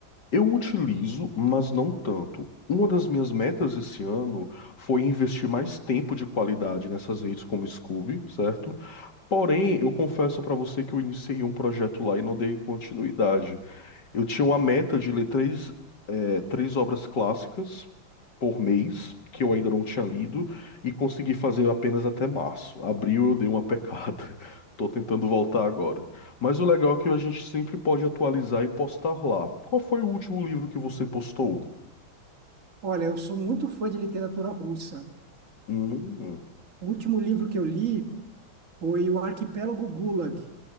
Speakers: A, on the left; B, on the right.
A: Eu utilizo, mas não tanto. Uma das minhas metas esse ano foi investir mais tempo de qualidade nessas redes como Scoob, certo? Porém, eu confesso para você que eu iniciei um projeto lá e não dei continuidade. Eu tinha uma meta de ler três é, três obras clássicas por mês, que eu ainda não tinha lido, e consegui fazer apenas até março. Abril eu dei uma pecada. <laughs> Tô tentando voltar agora. Mas o legal é que a gente sempre pode atualizar e postar lá. Qual foi o último livro que você postou?
B: Olha, eu sou muito fã de literatura russa.
A: Hum,
B: O último livro que eu li foi O Arquipélago Gulag.